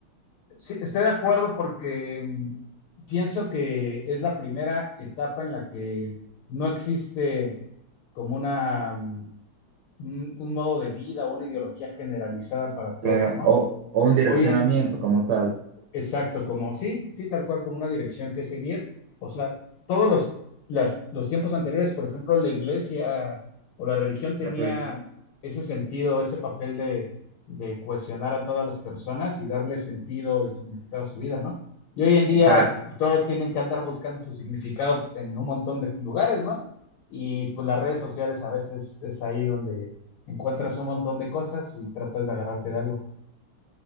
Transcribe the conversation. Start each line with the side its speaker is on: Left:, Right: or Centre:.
Left: Sí, estoy de acuerdo porque mm, pienso que es la primera etapa en la que no existe como una, mm, un, un modo de vida o una ideología generalizada para todos,
Right: Claro,
Left: ¿no?
Right: o, o un direccionamiento
Left: Hoy en,
Right: como tal.
Left: Exacto, como sí, sí, tal cual, como una dirección que seguir. O sea, todos los, las- los tiempos anteriores, por ejemplo, la iglesia o la religión tenía
Right: Capel.
Left: ese sentido, ese papel de, de cohesionar a todas las personas y darle sentido y significado a su vida, ¿no? Y hoy en día
Right: Exacto,
Left: pues, todos tienen que andar buscando su significado en un montón de lugares, ¿no? Y pues las redes sociales a veces es ahí donde encuentras un montón de cosas y tratas de agarrarte de algo.